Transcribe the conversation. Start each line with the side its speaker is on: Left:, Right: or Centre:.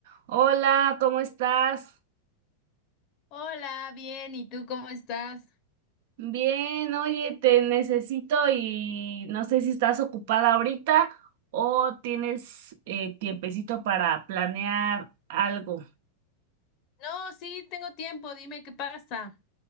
Right: Hola, ¿cómo estás?
Left: Hola, bien, ¿y tú cómo estás?
Right: Bien, oye, te necesito y no sé si estás ocupada ahorita o tienes eh, tiempecito para planear algo.
Left: No, sí, tengo tiempo, dime qué pasa.